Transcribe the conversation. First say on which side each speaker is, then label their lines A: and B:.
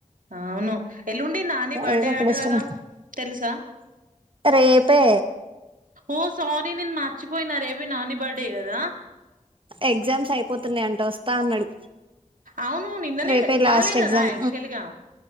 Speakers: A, on the right; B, on the right.
A: అవును ఎల్లుండి నాని బర్త్డే
B: ఏదో ఒక
A: ఆట
B: డిస్టర్బెన్స్
A: కదా తెలుసా
B: రేపే
A: ఓ సారీ నేను మర్చిపోయిన రేపు నాని బర్డే కదా
B: ఎగ్జామ్స్ అయిపోతున్నాయి అంట వస్తా అన్నాడు
A: అవును నిన్ననే
B: రేపే
A: ఇవాళనే
B: లాస్ట్ ఎగ్జామ్
A: కదా యాక్చువల్ గా